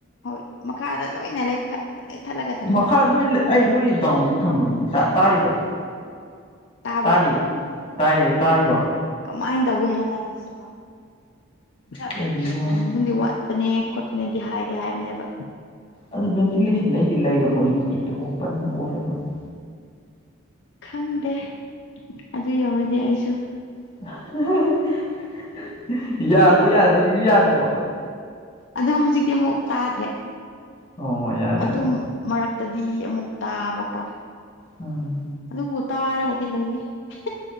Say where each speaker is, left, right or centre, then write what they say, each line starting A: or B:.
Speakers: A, on the left; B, on the left.
A: ꯍꯣꯏ ꯃꯈꯥꯗ ꯂꯣꯏꯅ ꯂꯩꯈꯠ ꯂꯩꯊꯠꯂꯒ ꯊꯝꯃꯣ
B: ꯃꯈꯥ ꯂꯣꯏ ꯑꯩ ꯂꯣꯏ ꯗꯥꯎꯟꯗꯤ ꯊꯝꯃꯅꯤ ꯇꯥ-ꯇꯥꯔꯤꯕ
A: ꯇꯥꯕ꯭ꯔꯣ
B: ꯇꯥꯔꯤꯕꯣ ꯇꯥꯔꯤ ꯇꯥꯏꯌꯦ ꯇꯥꯔꯤꯕꯣ
A: ꯀꯃꯥꯏꯅ ꯇꯧꯕꯒꯤꯅꯣ ꯅꯪꯒꯤꯁꯤꯕꯣ ꯈꯔ
B: ꯀꯔꯤꯅꯣ
A: ꯚꯦꯇꯤꯂꯦꯁꯟꯒꯨꯝꯕꯨꯗꯤ ꯋꯥꯠꯄꯅꯦ ꯈꯣꯠꯄꯅꯦꯗꯤ ꯍꯥꯏꯗꯤ ꯍꯥꯏꯕꯅꯦꯕ
B: ꯑꯗꯨ ꯚꯦꯟꯇꯤꯂꯦꯁꯟꯗꯤ ꯑꯩꯗꯤ ꯂꯩꯔ ꯄꯣꯠꯅꯤꯅ ꯍꯧꯖꯤꯛꯇꯤ ꯑꯣꯄꯟ ꯑꯣꯏꯔꯕꯅꯤ
A: ꯈꯪꯗꯦ ꯑꯗꯨ ꯌꯧꯔꯗꯤ ꯑꯩꯁꯨ
B: <unintelligible> ꯌꯥꯔꯕꯣ ꯌꯥꯔꯦ ꯍꯧꯖꯤꯁꯨ ꯌꯥꯗ꯭ꯔꯤꯕꯣ
A: ꯑꯗꯨ ꯍꯧꯖꯤꯛꯇꯤ ꯑꯃꯨꯛ ꯇꯥꯗ꯭ꯔꯦ
B: ꯑꯣ ꯌꯥꯔꯦ ꯌꯥꯔꯦ
A: ꯑꯗꯨꯝ ꯃꯔꯛꯇꯗꯤ ꯑꯃꯨꯛ ꯇꯥꯕꯀꯣ
B: ꯎꯝ
A: ꯑꯗꯨꯕꯨ ꯇꯥꯔꯒꯗꯤ ꯂꯩꯌꯦ <unintelligible>